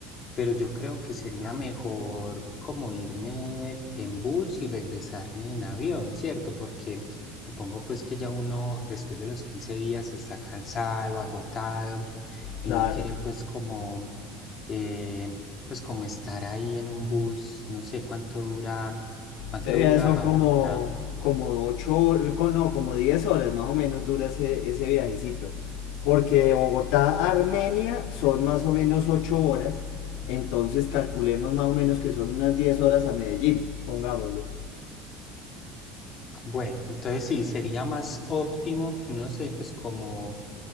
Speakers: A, on the left (about 40°); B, on the left (about 70°).
A: pero yo creo que sería mejor como irme en bus y regresarme en avión, ¿cierto? Porque supongo pues que ya uno después de los 15 días está cansado, agotado y
B: claro.
A: no quiere pues como, eh, pues como estar ahí en un bus, no sé cuánto dura, cuánto
B: Ese viaje
A: dura
B: son
A: a
B: como,
A: Bogotá.
B: como ocho hor- co- no, como 10 horas más o menos dura ese, ese viajecito. Porque de Bogotá a Armenia son más o menos 8 horas, entonces calculemos más o menos que son unas 10 horas a Medellín, pongámosle.
A: Bueno, entonces sí, sería más óptimo, no sé, pues como,